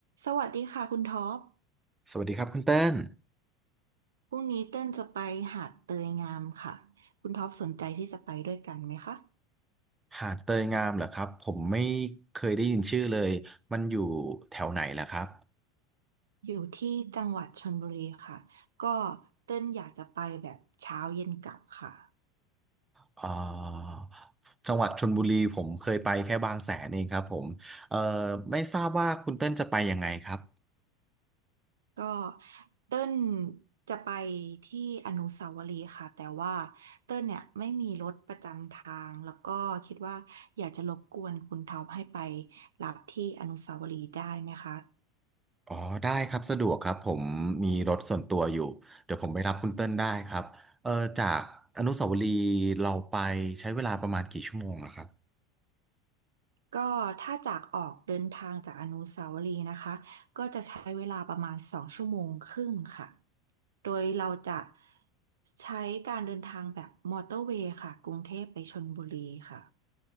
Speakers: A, on the right; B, on the right.
A: สวัสดีค่ะคุณท็อป
B: สวัสดีครับคุณเต้น
A: พรุ่งนี้เต้นจะไปหาดเตยงามค่ะคุณท็อปสนใจที่จะไปด้วยกันไหมคะ
B: หาดเตยงามเหรอครับผมไม่เคยได้ยินชื่อเลยมันอยู่แถวไหนล่ะครับ
A: อยู่ที่จังหวัดชลบุรีค่ะ ก็เต้นอยากจะไปแบบเช้าเย็นกลับค่ะ
B: เอ่อจังหวัดชลบุรีผมเคยไปแค่บางแสนเองครับผมเอ่อไม่ทราบว่าคุณเต้นจะไปยังไงครับ
A: ก็เต้นจะไปที่อนุสาวรีย์ค่ะ แต่ว่าเต้นเนี่ยไม่มีรถประจำทาง แล้วก็คิดว่าอยากจะรบกวนคุณท็อปให้ไปรับที่อนุสาวรีย์ได้ไหมคะ
B: อ๋อได้ครับสะดวกครับผมมีรถส่วนตัวอยู่เดี๋ยวผมไปรับคุณเต้นได้ครับเออจากอนุสาวรีย์เราไปใช้เวลาประมาณกี่ชั่วโมงล่ะครับ
A: ก็ถ้าจากออกเดินทางจากอนุสาวรีย์นะคะก็จะใช้เวลาประมาณสองชั่วโมงครึ่งค่ะโดยเราจะใช้การเดินทางแบบมอเตอร์เวย์ค่ะกรุงเทพไปชลบุรีค่ะ